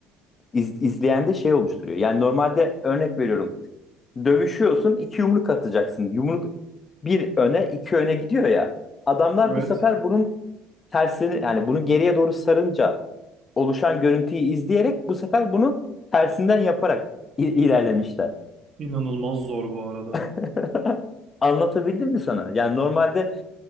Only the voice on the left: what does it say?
İz, izleyende şey oluşturuyor. Yani normalde örnek veriyorum. Dövüşüyorsun, iki yumruk atacaksın. Yumruk bir öne, iki öne gidiyor ya. Adamlar
bu sefer bunun tersini yani bunu geriye doğru sarınca oluşan görüntüyü izleyerek bu sefer bunu tersinden yaparak i- ilerlemişler.
<laughs> Anlatabildim mi sana? Yani normalde